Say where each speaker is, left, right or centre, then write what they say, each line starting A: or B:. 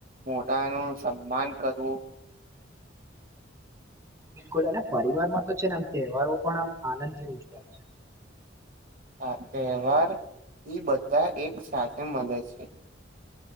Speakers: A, on the right; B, on the right.
A: મોટા નું સન્માન કરવું
B: બિલકુલ અને પરિવારમાં તો છે ને આમ તહેવારો પણ આમ આનંદથી ઉજવાય છે
A: આ તહેવાર થી બધા એક સાથે મળે છે